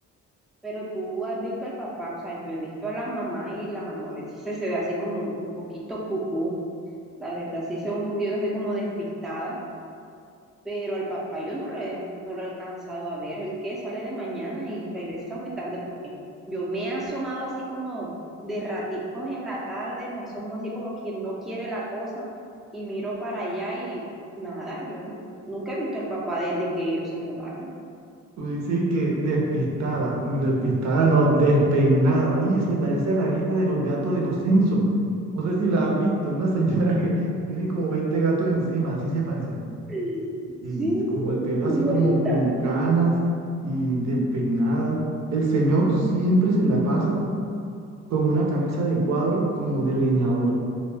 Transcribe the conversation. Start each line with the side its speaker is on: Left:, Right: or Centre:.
Centre: pero tú has visto al papá, o sea, yo he visto a la mamá y la mamá a veces se, se ve así como un poquito cucú. La verdad, sí se ve un poquito así como despistada. pero al papá yo no lo he, no lo he alcanzado a ver. El que sale de mañana y regresa muy tarde porque yo me he asomado así como de raticos en la tarde, me asomo así como quien no quiere la cosa y miro para allá y nada, yo no, nunca he visto al papá desde que ellos se mudaron.
Right: Tú dices que despistada, despistada no, despeinada. Oye, se parece a la vieja de los gatos de los Simpson. No sé si la has visto, una señora que tiene como 20 gatos encima, así se parece.
Centre: Sí, sí,
Right: Y es como el pelo así
Centre: igualita.
Right: como con canas y despeinada. El señor siempre se la pasa con una camisa de cuadro como de leñador.